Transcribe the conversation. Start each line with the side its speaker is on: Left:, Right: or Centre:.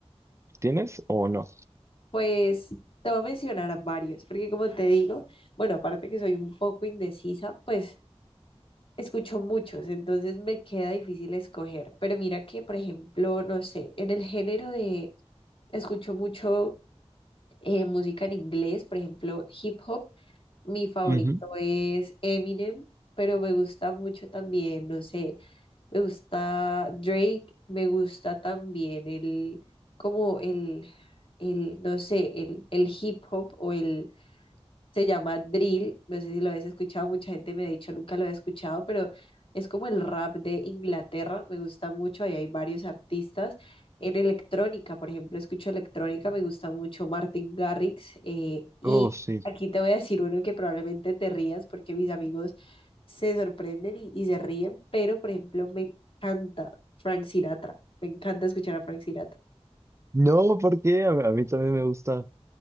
Right: ¿tienes o no?
Left: Pues te voy a mencionar varios, porque como te digo, bueno, aparte que soy un poco indecisa, pues escucho muchos, entonces me queda difícil escoger. Pero mira que, por ejemplo, no sé, en el género de, escucho mucho eh, música en inglés, por ejemplo, hip hop. Mi favorito
Right: Ujú.
Left: es Eminem, pero me gusta mucho también, no sé, me gusta Drake, me gusta también el, como el, el, no sé, el, el hip hop o el se llama drill, no sé si lo habéis escuchado, mucha gente me ha dicho nunca lo he escuchado, pero es como el rap de Inglaterra, me gusta mucho, ahí hay varios artistas. En electrónica, por ejemplo, escucho electrónica, me gusta mucho Martin Garrix eh, y
Right: Oh, sí.
Left: aquí te voy a decir uno que probablemente te rías porque mis amigos se sorprenden y, y se ríen, pero por ejemplo me encanta Frank Sinatra, me encanta escuchar a Frank Sinatra.
Right: No, porque a, a mí también me gusta